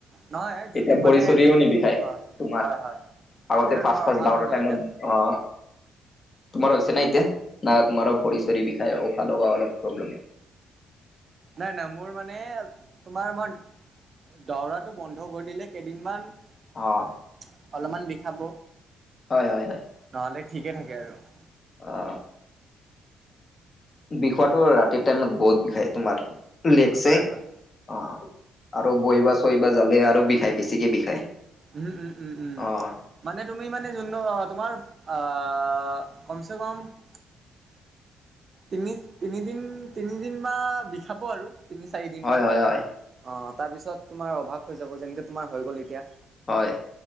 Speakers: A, on the right (about 40°); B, on the left (about 40°).
A: নহয় যোনটো
B: এতিয়া ভৰি-চৰিও
A: মানে য
B: নিবি খাই
A: হয়
B: তোমাৰ।
A: হয় হয়
B: আগতে
A: এইটো
B: ফাৰ্ষ্ট-ফাৰ্ষ্ট
A: তোমাৰ অভাৱ
B: দৌৰা
A: হৈ গ'ল
B: টাইমত
A: এতিয়া
B: <unintelligible> অ <unintelligible> তোমাৰ হৈছে নাই এতিয়া? না তোমাৰো ভৰি-চৰি বিষাই, উশাহ অলপ প্ৰব্লেম <unintelligible>
A: নাই-নাই, মোৰ মানে তোমাৰ মই দৌৰাটো বন্ধ কৰি দিলে কেইদিনমান <unintelligible>
B: অ <unintelligible>
A: <unintelligible> অলপমান বিষাব।
B: হয়-হয়-হয়। <inaudible>
A: নহ'লে ঠিকে থাকে আৰু। <inaudible>
B: অ! বিষোৱাটো ৰাতিৰ টাইমত বহুত বিষাই তোমাৰ। <unintelligible> লেগ-চেগ
A: হয় হয়
B: অ আৰু বহিব-চহিব জালে আৰু বিষায়, বেছিকে বিষায়। <unintelligible>
A: উম-উম-উম-উম <unintelligible>
B: অ',
A: মানে তুমি মানে যোনটো তোমাৰ আহ কমচেকম <unintelligible> তিনি-তিনিদিন-তিনিদিন বা বিষাব আৰু তিনি-চাৰিদিনমান।
B: হয়, হয়,
A: <unintelligible>
B: হয়,
A: অ! তাৰ পিছত তোমাৰ অভ্যাস হৈ যাব। যেনেকে তোমাৰ হৈ গ'ল এতিয়া। <inaudible>
B: হয়।